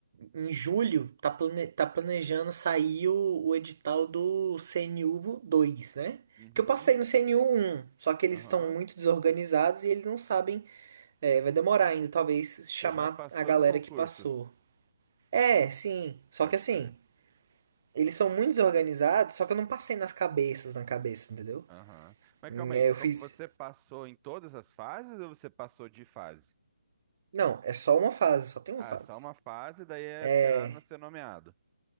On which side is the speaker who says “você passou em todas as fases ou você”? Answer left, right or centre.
Right